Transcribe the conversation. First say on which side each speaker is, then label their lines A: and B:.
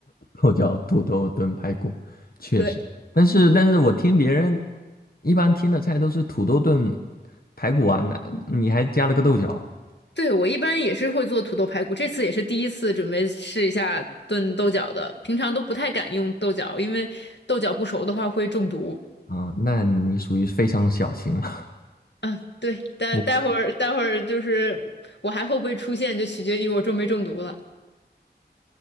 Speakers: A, on the left; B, on the left.
A: 又叫土豆炖排骨，确实。
B: 对，
A: 但是，但是我听别人一般听的菜都是土豆炖排骨啊，那你还加了个豆角
B: 对，我一般也是会做土豆排骨，这次也是第一次准备试一下炖豆角的，平常都不太敢用豆角，因为豆角不熟的话会中毒。
A: 啊，那你属于非常小型了。
B: 嗯，对，待待会儿待会儿就是我还会不会出现，
A: 我
B: 就取决于我中没中毒了。